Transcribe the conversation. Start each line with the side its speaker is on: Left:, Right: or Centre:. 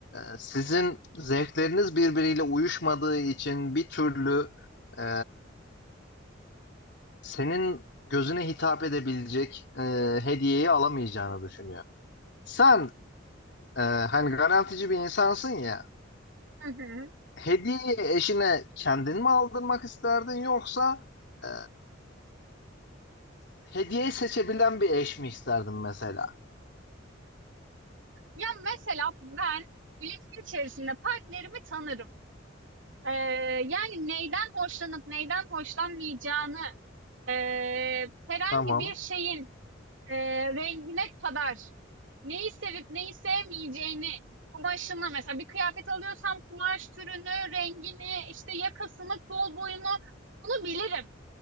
Left: e, sizin zevkleriniz birbiriyle uyuşmadığı için bir türlü e, senin gözüne hitap edebilecek e, hediyeyi alamayacağını düşünüyor. Sen e, hani garantici bir insansın ya
Right: Hı hı.
Left: hediyeyi eşine kendin mi aldırmak isterdin yoksa... e, Hediye seçebilen bir eş mi isterdim mesela?
Right: Ya mesela ben ilişki içerisinde partnerimi tanırım. Ee, yani neyden hoşlanıp neyden hoşlanmayacağını ee, herhangi
Left: Tamam.
Right: bir şeyin ee, rengine kadar neyi sevip neyi sevmeyeceğini kumaşını mesela bir kıyafet alıyorsam kumaş türünü, rengini, işte yakasını, kol boyunu bunu bilirim.